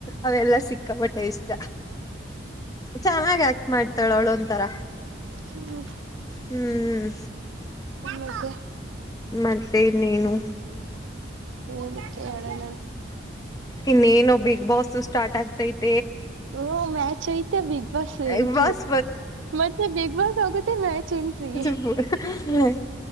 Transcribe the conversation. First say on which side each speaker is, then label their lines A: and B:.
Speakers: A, on the left; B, on the right.
A: ಅವೆಲ್ಲ. ಸಿಕ್ಕಾಪಟ್ಟೆ ಇಷ್ಟ. ಚೆನ್ನಾಗ ಆಕ್ಟ್ ಮಾಡ್ತಾಳ ಅವಳೊಂಂತರ.
B: ಹೌದು
A: ಹ್ಮ್
B: ಮತ್ತೆ
A: ಮತ್ತೆನ್ನೇನು?
B: ಏನಕ್ಕೆ <unintelligible>
A: ಇನ್ನೇನು ಬಿಗ್ ಬಾಸ್ ಸ್ಟಾರ್ಟ್ ಆಗ್ತ ಇತ್ತು.
B: ಓ ಮ್ಯಾಚ್ ಐತೆ big boss entry
A: big boss
B: ಮತ್ತೆ ಬಿಗ್ ಬಾಸ್ ಹೋಗುತ್ತೆ ಮ್ಯಾಚ್. ಎಂಟ್ರಿ
A: <unintelligible> ಹ